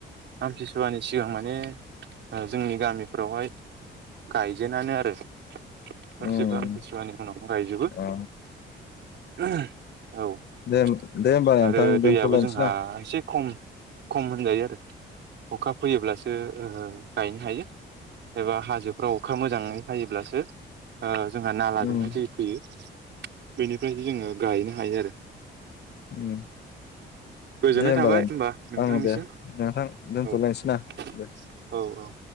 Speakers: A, on the right; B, on the left.
A: आमथिसुवानि सिगां माने ओ जोंनि गामि फोरावहाय गायजेनानो आरो। <unintelligible>
B: उम
A: खम खम
B: अ
A: होनजायो आरो
B: दे दे होमबा नोंथां
A: अखा
B: दोनथ'लायनोसै ना
A: फैयोब्लासो ओ गायनो हायो। एबा हाजोफ्राव अखा मोजाङै हायोब्लासो ओ जोंहा नालाजोंहाय
B: उम
A: दै फैयो । बेनिफ्रायसो जोङो गायनो हायो आरो।
B: उम।
A: गोजोननाय
B: दे होमबालाय
A: थाबाय होमबा नोंथांनिसिम
B: ओं दे
A: औ
B: नोंथां दोनथ'लायनोसै
A: औ
B: ना दे
A: औ। ऊ